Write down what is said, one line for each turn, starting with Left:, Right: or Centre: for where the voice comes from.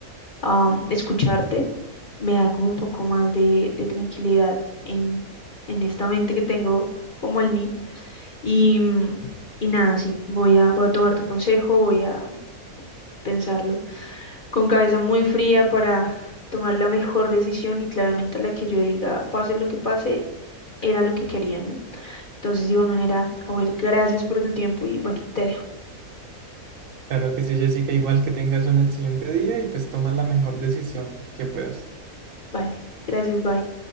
Left: am, escucharte me da como un poco más de, de tranquilidad en, en esta mente que tengo como el mí. Y, mm, y nada, sí, voy a, voy a tomar tu consejo, voy a pensarlo con cabeza muy fría para tomar la mejor decisión y claramente la que yo diga, pase lo que pase, era lo que quería, ¿no? Entonces, de igual manera, a ver, gracias por tu tiempo y bueno, te dejo.
Right: Claro que sí, Jessica, igual que tengas un excelente día y pues toma la mejor decisión que puedas.
Left: Vale, gracias, bye.